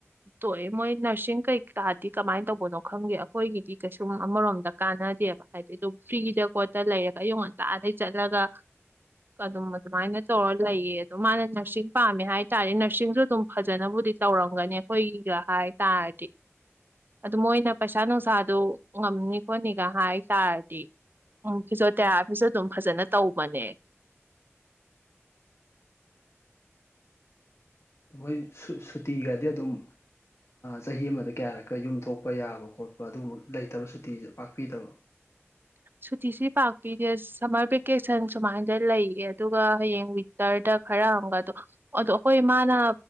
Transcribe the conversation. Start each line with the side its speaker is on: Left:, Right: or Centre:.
Right: ꯇꯣꯛꯑꯦ ꯃꯣꯏ ꯅꯔꯁꯤꯡ ꯀꯩꯀꯥꯗꯤ ꯀꯃꯥꯏꯅ ꯇꯧꯕꯅꯣ ꯈꯪꯗꯦ ꯑꯈꯣꯏꯒꯤꯗꯤ ꯀꯩꯁꯨꯝ ꯑꯃꯔꯣꯝꯗ ꯀꯥꯟꯅꯗꯦꯕ ꯍꯥꯏꯗꯤ ꯑꯗꯨꯝ ꯐ꯭ꯔꯤꯗ ꯈꯣꯠꯇ ꯂꯩꯌꯦ ꯑꯌꯨꯛ ꯉꯥꯟꯟꯇꯥꯗꯩ ꯆꯠꯂꯒ ꯑꯗꯨꯝ ꯑꯗꯨꯃꯥꯏꯅ ꯇꯧꯔ ꯂꯩꯌꯦ ꯑꯗꯣ ꯃꯥꯅ ꯅꯔꯁꯤꯡ ꯄꯥꯝꯃꯦ ꯍꯥꯏꯇꯥꯥꯔꯗꯤ ꯅꯔꯁꯤꯡꯁꯨ ꯑꯗꯨꯝ ꯐꯖꯅꯕꯨꯗꯤ ꯇꯧꯔꯝꯒꯅꯤ ꯑꯈꯣꯏꯒꯤꯒ ꯍꯥꯏ ꯇꯥꯔꯗꯤ ꯑꯗꯨ ꯃꯣꯏꯅ ꯄꯩꯁꯥ ꯅꯨꯡꯁꯥꯗꯨ ꯉꯝꯅꯤ ꯈꯣꯠꯅꯤꯒ ꯍꯥꯏ ꯇꯥꯔꯗꯤ ꯎꯝ ꯏꯆꯠ ꯇꯌꯥꯕꯤꯁꯨ ꯑꯗꯨꯝ ꯐꯖꯅ ꯇꯧꯕꯅꯦ
Left: ꯃꫭꯏ ꯁꯨ ꯁꯨꯇꯤꯒꯗꯤ ꯑꯗꯨꯝ ꯆꯍꯤ ꯑꯃꯗ ꯀꯌꯥꯔꯛꯀ ꯌꯨꯝ ꯊꯣꯛꯄ ꯌꯥꯕ ꯈꯣꯠꯄ ꯑꯗꯨꯒꯨꯝꯕ ꯂꯩꯇꯕ ꯁꯨꯇꯤꯁꯦ ꯄꯥꯛ ꯄꯤꯗꯕ
Right: ꯁꯨꯇꯤꯁꯤ ꯄꯥꯛꯄꯤꯗꯦ ꯁꯝꯃꯔ ꯚꯦꯀꯦꯁꯟ ꯁꯨꯃꯥꯏꯗ ꯂꯩꯌꯦ ꯑꯗꯨꯒ ꯍꯌꯦꯡ ꯋꯤꯟꯇꯔꯗ ꯈꯔ ꯑꯃꯒꯗꯣ ꯑꯗꯣ ꯑꯩꯈꯣꯏ ꯃꯥꯅ